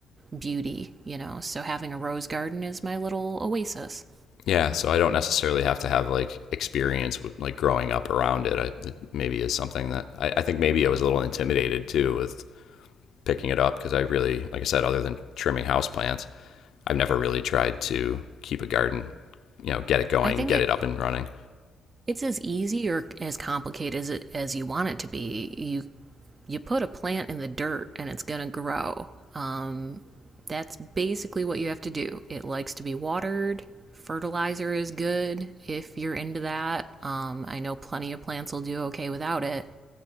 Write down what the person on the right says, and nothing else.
beauty, you know. So having a rose garden is my little oasis.
I think
it
It's as easy or as complicated as it, as you want it to be. You you put a plant in the dirt and it's gonna grow. Um, that's basically what you have to do. It likes to be watered. Fertilizer is good if you're into that. Um, I know plenty of plants will do okay without it,